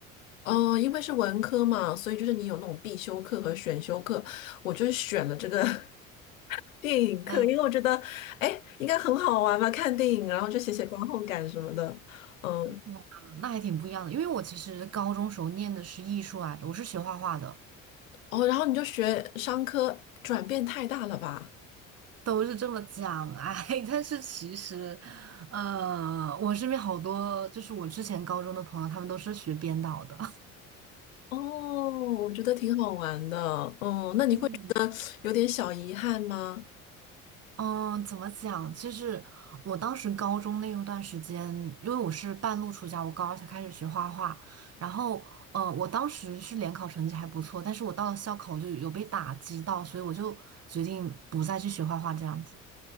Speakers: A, on the left; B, on the right.
A: 嗯，因为是文科嘛，所以就是你有那种必修课和选修课，我就是选了这个 <laughs> 电影课，
B: 哎，
A: 因为我觉得，哎，应该很好玩吧，看电影，然后就写写观后感什么的，嗯，
B: 哇，那还挺不一样的。因为我其实高中时候念的是艺术来着，我是学画画的，
A: 哦，然后你就学商科，转变太大了吧？
B: 都是这么讲。哎，<laughs> 但是其实，呃，我身边好多就是我之前高中的朋友，他们都是学编导的。
A: 哦，我觉得挺好玩的，嗯，那你会
B: <laughs> 嗯。
A: 有点小遗憾吗？
B: 嗯，怎么讲？其实我当时高中那一段时间，因为我是半路出家，我高二才开始学画画。然后，呃，我当时是联考成绩还不错，但是我到了校考我就有被打击到，所以我就决定不再去学画画这样子。